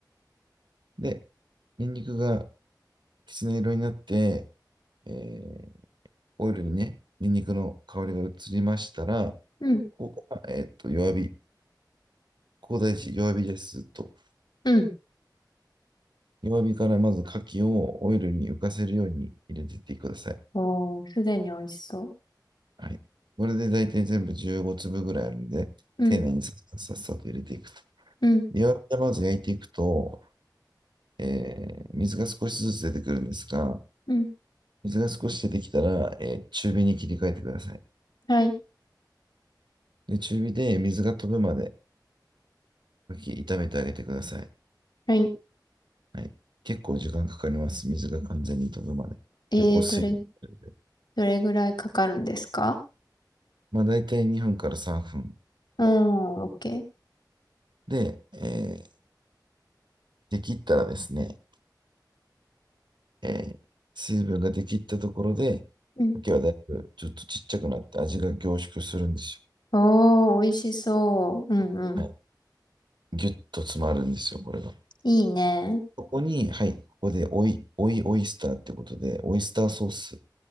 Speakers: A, on the right; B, on the left.
A: で、ニンニクがきつね色になって、えーオイルにね、ニンニクの香りが移りましたら、
B: うん、
A: ここから、えっと、弱火。ここ大事、弱火です。と。
B: うん。
A: 弱火からまず牡蠣をオイルに浮かせるように入れていってください。
B: おー、すでに美味しそ
A: はい。これで大体全部15粒ぐらいあるんで、
B: う。
A: 丁寧にさっさっさっさと入れていくと。
B: うん、うん、
A: 弱火でまず焼いていくと、えー水が少しずつ出てくるんですが、
B: うん。
A: 水が少し出てきたら、えー中火に切り替えてください。
B: はい。
A: で、中火で水が飛ぶまで、かき炒めてあげてください。
B: はい。
A: はい。結構時間かかります。水が完全に飛ぶまで。
B: えー、
A: 結構水分が出るんで。
B: どれ、どれぐらいかかるんですか
A: まあ、大体2分から3分。
B: うん、オッケ
A: で、えーできったらですね、えー水分が出きったところで、
B: ー。
A: 牡蠣はだいぶちょっとちっちゃくなって味が凝縮するんです
B: おー、美味しそう。うんうん。
A: よ。はい。ギュッと詰まるんですよ、これが。
B: いいね。
A: ここに、はい、ここでオイ、オイオイスターってことで、オイスターソース、フ